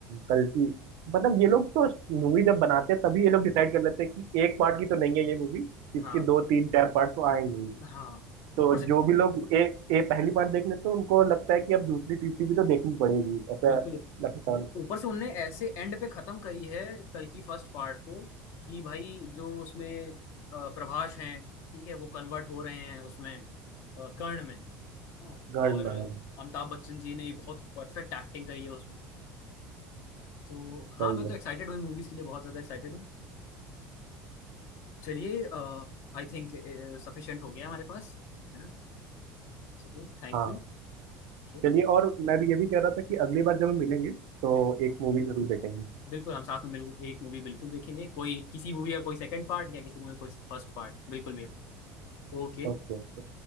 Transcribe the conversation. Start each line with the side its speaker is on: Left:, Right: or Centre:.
Right: गलती मतलब ये लोग तो मूवी जब बनाते हैं तभी ये लोग डिसाइड कर लेते हैं कि एक पार्ट की तो नहीं है ये मूवी इसकी
Left: हाँ
Right: दो तीन चार पार्ट तो आएंगे ही।
Left: हाँ
Right: तो
Left: ऊपर से
Right: जो भी लोग ए ए पहली बार देख लेते हैं उनको लगता है कि अब दूसरी तीसरी भी तो देखनी पड़ेगी ऐसा
Left: बिल्कुल
Right: लगता है उनको
Left: ऊपर से उनने ऐसे एंड पे खत्म करी है कल्कि फर्स्ट पार्ट को कि भाई जो उसमें अ, प्रभास हैं ठीक है वो कन्वर्ट हो रहे हैं उसमें अ, कर्ण में हाँ।
Right: गर्ड
Left: और
Right: में है
Left: अमिताभ बच्चन जी ने बहुत परफेक्ट एक्टिंग करी है उसमें तो हाँ
Right: सही
Left: मैं तो
Right: है
Left: एक्साइटेड हूँ मूवीज के लिए बहुत ज्यादा एक्साइटेड हूँ। चलिए आई थिंक सफिशिएंट हो गया हमारे पास है ना चलिए थैंक
Right: हाँ
Left: यू ओके
Right: चलिए और मैं भी ये भी कह रहा था कि अगली बार जब हम मिलेंगे तो
Left: बिल्कुल
Right: एक मूवी जरूर देखेंगे
Left: बिल्कुल हम साथ में मिल एक मूवी बिल्कुल देखेंगे कोई किसी मूवी का कोई सेकंड पार्ट या किसी मूवी का कोई फर्स्ट पार्ट बिल्कुल भी ओके
Right: <laughs> ओके